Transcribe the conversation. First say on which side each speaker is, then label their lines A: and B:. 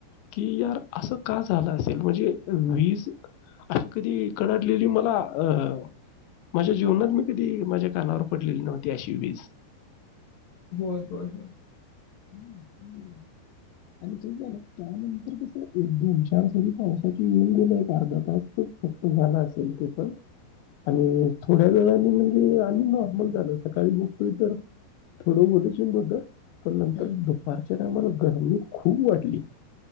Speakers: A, on the left; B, on the left.
A: की यार असं का झालं असेल? म्हणजे एव्हढी वीज अशी कधी कडाडलेली मला अ माझ्या जीवनात मी कधी माझ्या कानावर पडलेली नव्हती अशी वीज. <inaudible>
B: होय होय होय.
A: हं हं. आणि ना त्यानंतर कस एक दोन चार सरी पावसाची येऊन गेल्या एक अर्धा तास फक्त झाला असेल ते पण आणि थोड्या वेळानी म्हणजे आणि नॉर्मल झालं सकाळी बघतोय तर थोडं ओल चिंब होत. पण नंतर
B: हम्म
A: दुपारच्या टाईमाला- गरमी- खूप वाटली.